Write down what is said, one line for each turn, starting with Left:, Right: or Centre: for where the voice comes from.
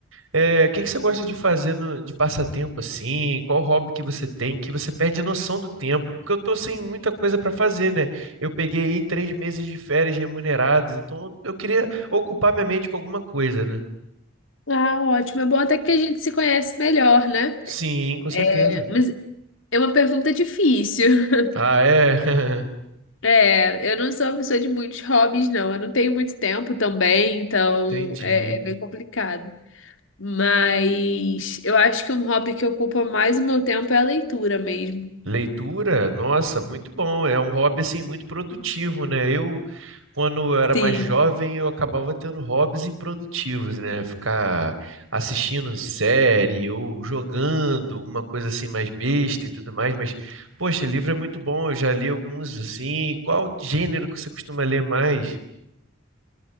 Right: É, o que que você gosta de fazer no- de passatempo assim? Qual hobby que você tem que você perde a noção do tempo? Porque eu tô sem muita coisa para fazer, né? Eu peguei aí três meses de férias remuneradas, então eu queria ocupar minha mente com alguma coisa, né?
Left: Ah, ótimo. É bom até que a gente se conhece melhor, né?
Right: Sim, com certeza.
Left: É, mas é uma pergunta difícil. <laughs>
Right: Ah, é? <laughs>
Left: É, eu não sou uma pessoa de muitos hobbies, não. Eu não tenho muito tempo também, então
Right: Entendi.
Left: é, é bem complicado. Mas eu acho que um hobby que ocupa mais o meu tempo é a leitura mesmo.
Right: Leitura, nossa, muito bom. É um hobby assim muito produtivo, né? Eu, quando eu era
Left: Sim,
Right: mais jovem, eu acabava tendo hobbies improdutivos, né? Ficar assistindo série ou jogando, alguma coisa assim mais besta e tudo mais. Mas, poxa, livro é muito bom. Eu já li alguns assim. Qual gênero que você costuma ler mais?